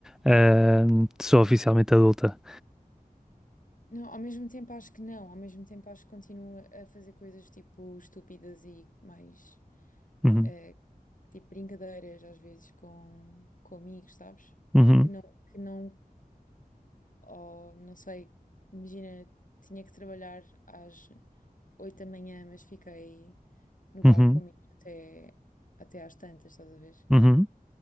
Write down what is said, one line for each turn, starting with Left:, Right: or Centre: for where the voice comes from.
Centre: eh, sou oficialmente adulta.
Left: Não, ao mesmo tempo acho que não, ao mesmo tempo acho que continuo a fazer coisas tipo estúpidas e mais
Centre: Uhum,
Left: eh, tipo brincadeiras às vezes com, com amigos, sabes?
Centre: uhum,
Left: Que não, que não. ou não sei, imagina, tinha que trabalhar às 8 da manhã, mas fiquei no
Centre: uhum,
Left: bar comigo até, até às tantas, estás a ver?
Centre: uhum,